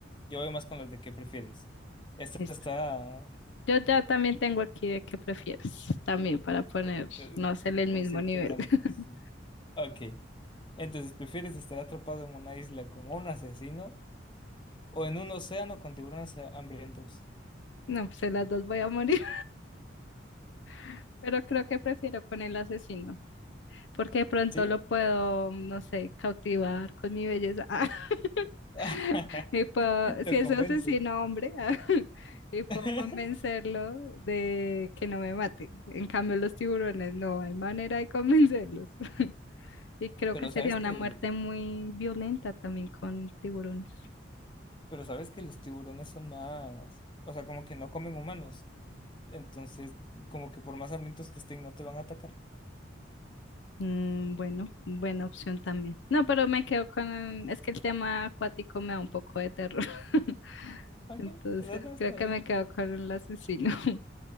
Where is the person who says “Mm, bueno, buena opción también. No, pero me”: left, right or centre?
Left